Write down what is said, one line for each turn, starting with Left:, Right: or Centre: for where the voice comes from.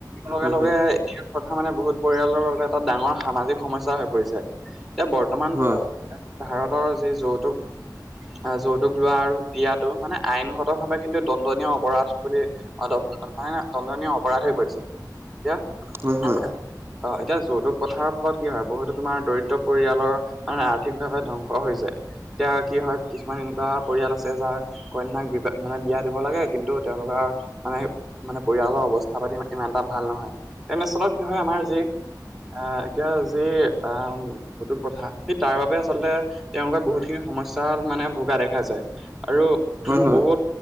Centre: লগে-
Right: হয়
Centre: লগে <unintelligible> কথা মানে, বহুত পৰিয়ালৰ বাবে, এটা ডাঙৰ সামাজিক সমস্যা হৈ পৰিছে। এতিয়া, বৰ্তমান
Right: হয়
Centre: ভাৰতৰ, যি যৌতুক যৌতুক লোৱা আৰু দিয়াতটো, মানে, আইনগত ভাৱে, কিন্তু, দণ্ডনীয় অপৰাধ বুলি <unintelligible> দণ্ডনীয় অপৰাধ হৈ পৰিছে। এতিয়া,
Right: হয় হয়
Centre: অ'! এতিয়া, যৌতুক প্ৰথাৰ ফলত কি হয়! বহুতো তোমাৰ, দৰিদ্ৰ পৰিয়ালৰ মানে, আৰ্থিক ভাৱে ধ্বংস হৈ যায়। এতিয়া, কি হয়! কিছুমান এনেকুৱা পৰিয়াল আছে, যাৰ কন্যাক বিবাহ, মানে, বিয়া দিব লাগে। কিন্তু, তেওঁলোকৰ মানে, মানে, পৰিয়ালৰ অৱস্থা পাতি ইমান বা ভাল নহয়। তেনে স্থলত কি হয়! আমাৰ যি আঁ এতিয়া যি, আঁ সেইটো প্ৰথা, সেই, তাৰবাবে আচলতে তেওঁলোকে বহুত খিনি সমস্যা মানে, ভোগা দেখা যায়। আৰু
Right: হয় হয়
Centre: বহুত